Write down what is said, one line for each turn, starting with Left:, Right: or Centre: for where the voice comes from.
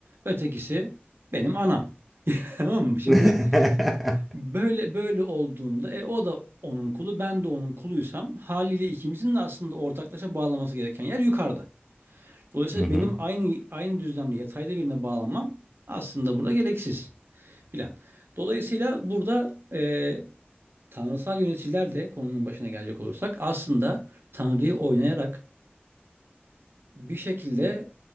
Right: ötekisi benim anam. <laughs> Tamam mı? Şimdi
Centre: <laughs>
Right: böyle böyle olduğunda e, o da onun kulu, ben de onun kuluysam haliyle ikimizin de aslında ortaklaşa bağlaması gereken yer yukarıda. Dolayısıyla
Centre: Hı hı.
Right: benim aynı aynı düzlemde yatayda birine bağlanmam aslında burada gereksiz filan. Dolayısıyla burada e, tanrısal yöneticiler de konunun başına gelecek olursak aslında Tanrı'yı oynayarak bir şekilde